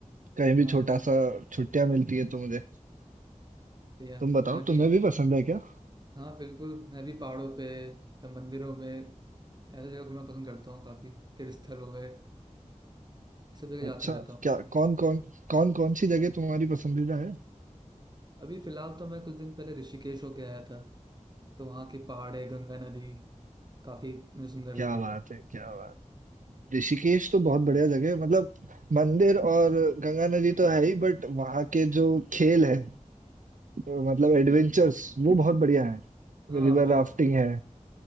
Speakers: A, on the right; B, on the right.
A: कहीं भी
B: हाँ
A: छोटा सा छुट्टियां मिलती है तो मुझे
B: बढ़िया
A: तुम बताओ
B: मैं भी
A: तुम्हें भी पसंद है क्या
B: हाँ बिल्कुल मैं भी पहाड़ों पे या मंदिरों में ऐसी जगह घूमना पसंद करता हूँ काफ़ी तीर्थ स्थल हो गए ये सब जगह जाते
A: अच्छा
B: रहता हूँ मैं
A: क्या
B: भी
A: कौन कौन कौन कौन सी जगह तुम्हारी पसंदीदा है
B: अभी फिलहाल तो मैं कुछ दिन पहले ऋषिकेश होके आया था तो वहाँ की पहाड़े गंगा नदी काफ़ी मुझे सुंदर
A: क्या
B: लगे
A: बात है क्या बात ऋषिकेश तो बहुत बढ़िया जगह है मतलब मंदिर और गंगा नदी तो है ही बट वहाँ के जो खेल है मतलब एडवेंचर्स वो बहुत बढ़िया है
B: हाँ
A: रिवर
B: बहुत
A: राफ्टिंग है